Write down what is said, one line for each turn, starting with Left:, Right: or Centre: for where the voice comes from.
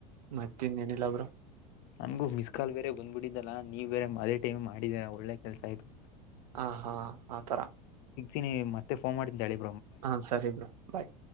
Right: ಮತ್ತ ಇನ್ಏನಿಲ್ಲಬ್ರೋ
Left: ನನ್ಗು ಮಿಸ್ ಕಾಲ್ ಬೇರೆ ಬಂದ್ಬಿಟ್ಟಿದ್ದಲ್ಲಾ ನೀವ್ ಬೇರೆ ಅದೇ ಟೈಮ್ ಮಾಡಿದರ ಒಳ್ಳೆ ಕೆಲ್ಸ ಆಯ್ತು
Right: ಹಾ ಹಾ ಆತರ
Left: ೀನ <unintelligible> ಮತ್ತೆಫೋನ್ ಮಾಡ್ತಿನಿ ತಾಳಿ
Right: ಹಾ ಸರಿ ಬ್ರೋ ಬಾಯ್